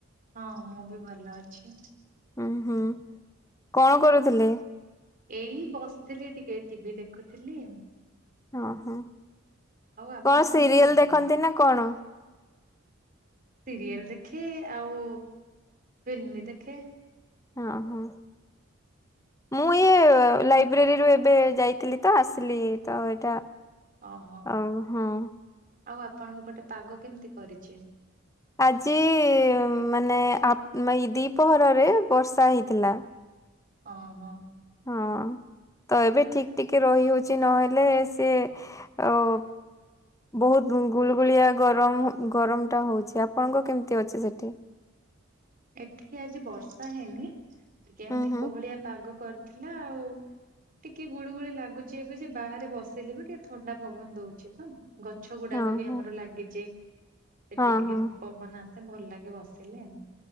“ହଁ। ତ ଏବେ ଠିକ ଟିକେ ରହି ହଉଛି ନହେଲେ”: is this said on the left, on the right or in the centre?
Left